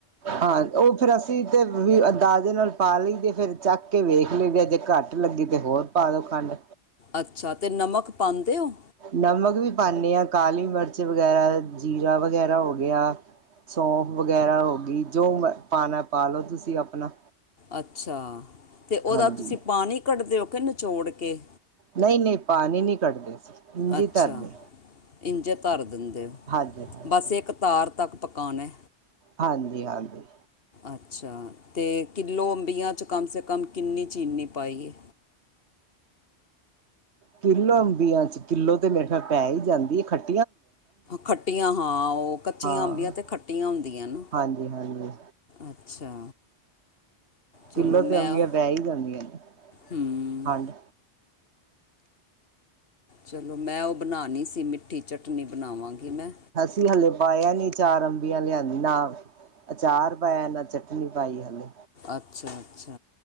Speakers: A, on the right; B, on the left.
A: ਹਾਂ, ਉਹ ਫਿਰ ਅਸੀਂ ਤੇ, ਵੀ ਅਂਦਾਜੇ ਨਾਲ ਪਾ ਲਈ ਦੇ, ਫਿਰ ਚੱਖ ਕੇ ਵੇਖ ਲਈ, ਦੀਆ ਜੇ ਘੱਟ ਘੱਟ ਲੱਗੀ, ਤੇ ਹੋਰ ਪਾ ਦੋ ਖੰਡ,
B: ਅੱਛਾ, ਤੇ ਨਮਕ ਪਾਦੇ ਹੋ?
A: ਨਮਕ ਵੀ, ਪਾਨੀ ਆ, ਕਾਲੀ ਮਿਰਚ, ਵਗੈਰਾ ਜੀਰਾ ਵਗੈਰਾ, ਹੋ ਗਿਆ ਸੌਂਫ ਵਗੈਰਾ ਹੋ ਗਈ, ਜੋ ਪਾਣਾ ਪਾ ਲੋ ਤੁਸੀਂ ਆਪਣਾ
B: ਅੱਛਾ, ਤੇ ਉਹਦਾ
A: ਹਾਂਜੀ
B: ਤੁਸੀਂ ਪਾਣੀ ਕੱਢਦੇ ਔ ਕਿ ਨਿਚੋੜ ਕੇ
A: ਨਹੀਂ -ਨਹੀਂ ਪਾਣੀ ਨਹੀਂ ਕੱਢਦੇ ਸੀ। ਇੰਝੀ
B: ਅੱਛਾ,
A: ਧਰਦੇ
B: ਇੰਜੇ ਧਰ ਦਿੰਦੇ ਔ,
A: ਹਾਂਜੀ ਹਾਂਜੀ
B: ਬਸ ਇੱਕ ਤਾਰ ਤੱਕ, ਪਕਾਣਾ
A: ਹਾਂਜੀ- ਹਾਂਜੀ
B: ਅੱਛਾ, ਤੇ ਕਿੱਲੋ ਅੰਬੀਆਂ 'ਚ, ਕਂਮ ਸੇ ਕਂਮ ਕਿੰਨੀ ਚੀਨੀ ਪਾਈਏ?
A: ਕਿੱਲੋ ਅੰਬੀਆਂ ਚ, ਕਿੱਲੋ ਤੇ ਮੇਰੇ ਖਿਆਲ ਪੈ ਈ ਜਾਂਦੀ ਏ ਖੱਟੀ
B: ਖੱਟੀਆਂ ਹਾਂ, ਉਹ ਕੱਚੀਆਂ
A: ਹਾਂ
B: ਅੰਬੀਆਂ ਤੇ ਖੱਟੀਆਂ ਹੁੰਦੀਆਂ ਨਾ
A: ਹਾਂਜੀ ਹਾਂਜੀ
B: ਅੱਛਾ ਚਲੋ
A: ਕਿੱਲੋ
B: ਮੈਂ,
A: ਤੇ ਅੰਬੀਆਂ ਪੈ ਹੀ ਜਾਂਦੀਆਂ ਨੇ
B: ਹਮ
A: ਖੰਡ
B: ਚਲੋ, ਮੈਂ ਉਹ ਬਣਾਣੀ ਸੀ ਮਿੱਠੀ ਚਟਨੀ, ਬਣਾਵਾਂਗੀ ਮੈਂ
A: ਤੁਸੀਂ ਹਲੇ ਪਾਇਆ ਨਈ ਚਾਰ, ਅੰਬੀਆਂ ਲਿਆਂਦੀ ਨਾ ਅਚਾਰ ਪਾਇਆ ਨਾ ਚਟਨੀ, ਪਾਈ ਏ ਹਾਲੇ
B: ਅੱਛਾ- ਅੱਛਾ